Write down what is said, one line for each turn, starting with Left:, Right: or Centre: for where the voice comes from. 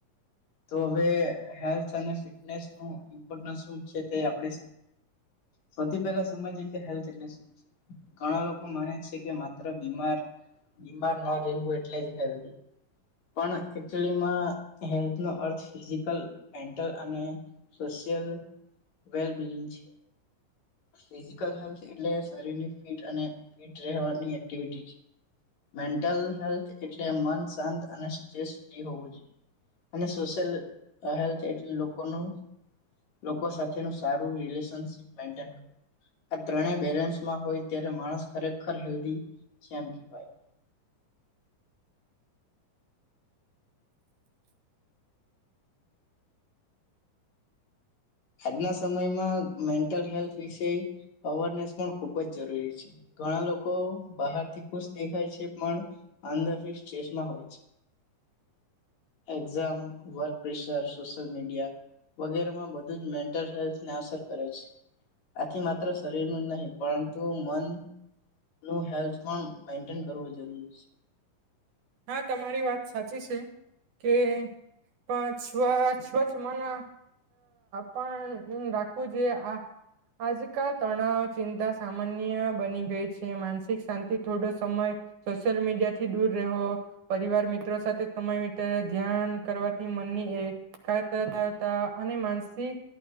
Left: તો હવે હેલ્થ અને ફિટનેસ નુ ઇમોર્ટન્ટ શું છે તે આપણે સૌથી પેલા સમજી કે હેલ્થ એટલે શું છે. ઘણા લોકો માને છે કે માત્ર બીમાર બીમાર ન રહેવું એટલે જ હેલ્થ પણ હેલ્થનો અર્થ ફિઝિકલ, મેન્ટલ અને સોશિયલ વેલ્બિન છે. ફિઝિકલ હેલ્થ એટલે શરીરની ફિટ અને ફિટ રહેવાની એક્ટિવિટી છે. મેન્ટલ હેલ્થ એટલે મન શાંત અને સ્ટ્રેસ ફ્રી હોવુ જોઈએ અને સોશિયલ હેલ્થ એટલે લોકોનું લોકો સાથેનું સારું રિલેશન મેઇન્ટેન આ ત્રણેએ બેલેન્સ માં હોય ત્યારે માણસ ખરેખર હેલ્દી છે એમ કહેવાય. આજના સમયમાં મેન્ટલ હેલ્થ વિશે અવેરનેસ પણ ખુબ જ જરૂરી છે. ઘણા લોકો બહારથી ખુશ દેખાય છે પણ અંદર સ્ટ્રેસમાં હોય છે. Exam, work pressure, social media વગેરેમાં મેન્ટલ હેલ્થને અસર કરે છે. આથી માત્ર શરીરનું જ નહી પરંતુ મન નું હેલ્થ પણ મેન્ટેન કરવું જરૂરી છે.
Right: હા તમારી વાત સાચી છે કે પણ સ્વ સ્વચ્છ મન અ પણ રાખવું જોઈએ. આ આજકાલ તણાવ, ચિંતા સામાન્ય બની ગઈ છે માનસિક શાંતિ થોડો સમય સોશિયલ મીડિયા થી દૂર રહો પરિવાર મિત્રો સાથે સમય ધ્યાન કરવાથી મનની એકાગ્રતા તા અને અને માનસિક